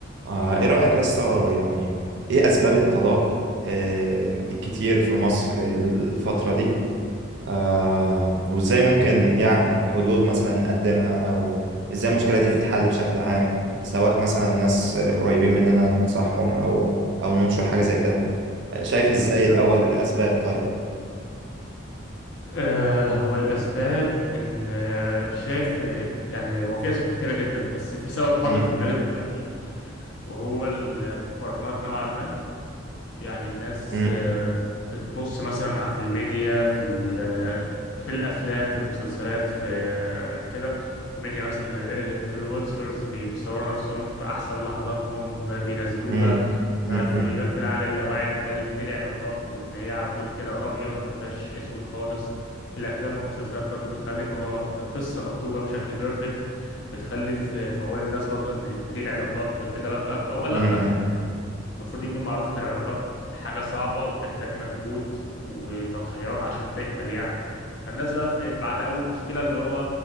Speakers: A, on the right; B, on the left.
A: آه، ايه رأيك يا اسطى يعني ايه اسباب الطلاق آه،
B: مم.
A: الكتير في مصر الفترة دي آه، وازاي ممكن يعني حلول مثلا نقدمها او ازاي المشكلة دي تتحل بشكل عام سواء مثلا ناس آه، قريبين مننا ننصحهم او او ننشر حاجة زي كده آه، شايف ازاي
B: مم.
A: الاول الاسباب طيب
B: آه، هو الأسباب إن آه، شايف آه، يعني هو في أسباب كتيرة جدا بس في سبب حاضر
A: مم،
B: في دماغي دلوقتي وهو المقارنات نوعا ما يعني الناس
A: مم،
B: آه، بتبص مثلا على في الميديا في ال- في الأفلام في المسلسلات في آه، كده الميديا مثلا الانفلونسرز بيصوروا نفسهم في أحسن لحظاتهم آه، بينزلوها
A: مم، مم،
B: ف- فبيبان
A: مم،
B: في العقل اللاواعي ان ده ال- دي العلاقات وان هي على طول كده ابيض ما فيهاش اسود خالص الافلام والمسلسلات برضو بتخلي الموضوع قصه مكتوبه بشكل بيرفكت بتخلي في في عقول الناس برضو ان دي العلاقات وغير كده لا فهو لا
A: مم،
B: يعني المفروض يكون معروف ان العلاقات حاجة صعبة وبتحتاج مجهود وتضحيات عشان تكمل يعني فالناس بقى في بعد اول مشكلة اللي هو